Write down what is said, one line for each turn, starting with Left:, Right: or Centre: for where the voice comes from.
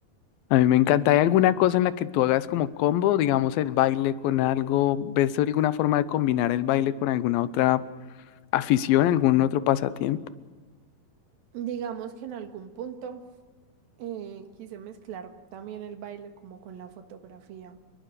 Left: A mí me encanta. ¿Hay alguna cosa en la que tú hagas como combo, digamos el baile con algo? ¿Ves alguna forma de combinar el baile con alguna otra afición, algún otro pasatiempo?
Right: Digamos que en algún punto eh, quise mezclar también el baile como con la fotografía.